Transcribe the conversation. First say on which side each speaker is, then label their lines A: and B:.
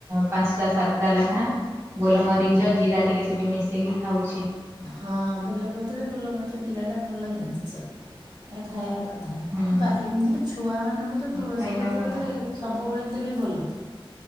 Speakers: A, on the right; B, on the right.
A: ପାଞ୍ଚଟା ସାତଟା ଲେଖାଏଁ ଗୋଲମରିଚ
B: ହୁଁ
A: ଜିରା ଟିକେ ସେଠି ମିଶି ସେଇକି ଖାଉଛି।
B: ହଁ ବେଲପତ୍ରରେ ଗୋଲମରିଚ, ଜିରା ଟା ଭଲ ଜିନିଷ ଏ ଖାଇବା କଥା
A: ହୁଁ
B: ବା ଏମିତି ଛୁଆମାନଙ୍କୁ ତ ତୁଳସୀ
A: ଖାଇଲା
B: ପତ୍ର
A: ଭଲ
B: ତ ସବୁବେଳେ ଦେଲେ ଭଲ,